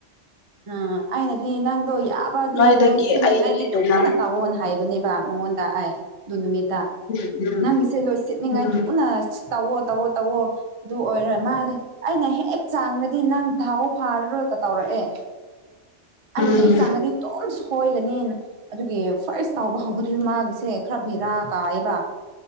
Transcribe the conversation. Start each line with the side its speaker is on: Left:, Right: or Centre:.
Right: ꯎꯝ ꯑꯩꯅꯗꯤ ꯅꯪꯗꯣ ꯌꯥꯕꯗꯤ
Left: ꯅꯣꯏꯗꯒꯤ
Right: ꯂꯣꯏꯁꯤꯟꯅꯤꯡꯉꯥꯏꯗꯤ
Left: ꯑꯩ ꯍꯦꯟꯅ
Right: ꯊꯨꯅ ꯇꯥꯛꯑꯣꯅ ꯍꯥꯏꯕꯅꯦꯕ ꯑꯩꯉꯣꯟꯗ ꯑꯩ ꯑꯗꯨ ꯅꯨꯃꯤꯠꯇ
Left: ꯎꯝ
Right: ꯅꯪꯒꯤꯁꯦ ꯂꯣꯏ ꯁꯤꯠꯅꯤꯡꯉꯥꯏ
Left: ꯎꯝ
Right: ꯊꯨꯅ ꯇꯧꯋꯣ ꯇꯧꯋꯣ ꯇꯧꯋꯣ ꯑꯗꯨ ꯑꯣꯏꯔꯣꯏ ꯃꯥꯗꯤ ꯑꯩꯅ ꯍꯦꯛ ꯆꯥꯡꯅ ꯗꯤ ꯅꯪ ꯥꯎ ꯐꯥꯔꯔꯣꯏꯒ ꯇꯧꯔꯛꯑꯦ ꯑꯅꯦ
Left: ꯎꯝ
Right: ꯆꯒꯗꯤ ꯇ ꯁꯣꯏꯒꯅꯤꯅ ꯑꯗꯨꯒꯤ ꯐ꯭ꯔꯦꯁ ꯇꯥꯎꯕ ꯍꯧꯧꯕꯗꯨꯔꯤꯕ ꯃꯥꯒꯤꯁꯦ ꯈꯔ ꯚꯦꯔꯥ ꯀꯥꯏꯌꯦꯕ